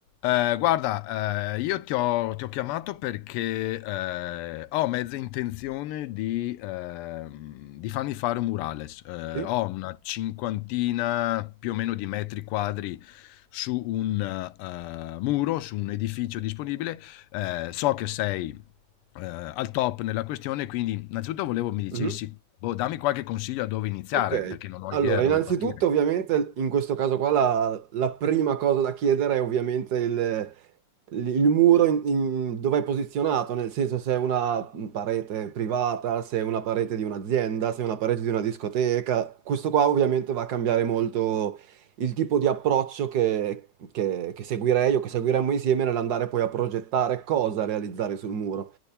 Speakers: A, on the left; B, on the right.
A: Eh, guarda, eh, io ti ho, ti ho chiamato perché eh, ho mezza intenzione di, ehm, di farmi fare un murales. Eh,
B: Sì?
A: ho una cinquantina più o meno di metri quadri su un eh, muro, su un edificio disponibile. Eh, so che sei eh, al top nella questione, quindi innanzitutto volevo mi dicessi,
B: Mhm.
A: boh, dammi qualche consiglio a dove iniziare,
B: Ok,
A: perché non ho
B: allora
A: idea da dove
B: innanzitutto
A: partire.
B: ovviamente in questo caso qua la, la prima cosa da chiedere è ovviamente il, il muro in- in- dove è posizionato, nel senso se è una parete privata, se è una parete di un'azienda, se è una parete di una discoteca. Questo qua ovviamente va a cambiare molto il tipo di approccio che, che che seguirei o che seguiremmo insieme nell'andare poi a progettare cosa realizzare sul muro.